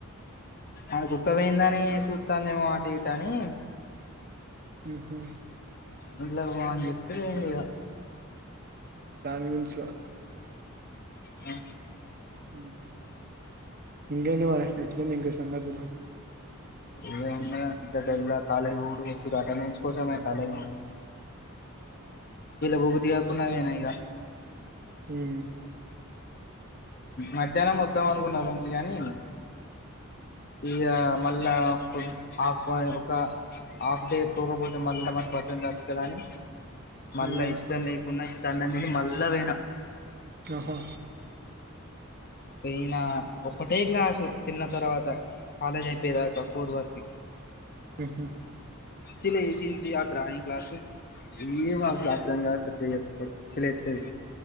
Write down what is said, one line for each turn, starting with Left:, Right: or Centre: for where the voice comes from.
Left: అ బుక్క పోయిందని చూస్తంద ఏమో అటు ఇట అని
Right: ఉహు
Left: ఇంట్లోకి పో
Right: దాని
Left: అని
Right: గురి
Left: చెప్పి ఇగ
Right: దాని గురించిగా
Left: ఆ
Right: ఉహు ఇంకేంటి మరి ఎట్లుంది ఇంకా సంగతులు
Left: ఇంకేముంది ఇంక వెళ్ళ కాలేజ కి పోవుడు వచ్చు అటెండెన్స్ కోసమే కాలేజ్ కి డు
Right: ఆ
Left: పోబుద్ధియాకున్నావనా ఇగా
Right: ఉ
Left: మధ్యాహ్నం వద్దాం అనుకున్నా రూంకి కానీ ఇక మళ్ళా హాఫ్ ఒక హాఫ్ డే పోకపోతే మళ్ళీ మ పక్కం దట్ కదా అని మళ్ళా
Right: ఉమ్
Left: ఇష్టం లేకుండా ఇంత అన్నం తిని మళ్ళా పోయిన
Right: ఆహో
Left: పోయిన ఒక్కటే క్లాసు తిన్న తర్వాత కాలేజ్ అయిపోయేదాకా ఫోర్ వర్కి
Right: ఉహు
Left: చిలే ఏసింది ఆ డ్రాయింగ్ క్లాసు ఏమీ అసలు అర్థం కాదు సరిగా పిచ్చలేతది